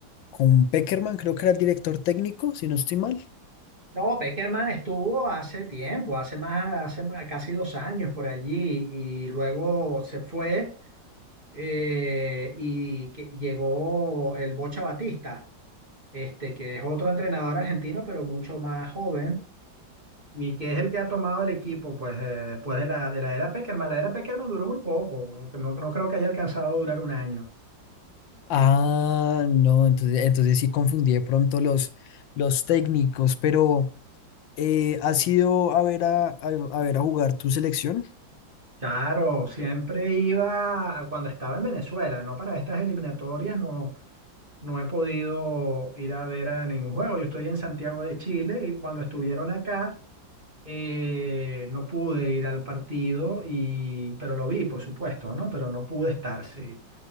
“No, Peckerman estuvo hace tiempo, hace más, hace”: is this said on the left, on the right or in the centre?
Right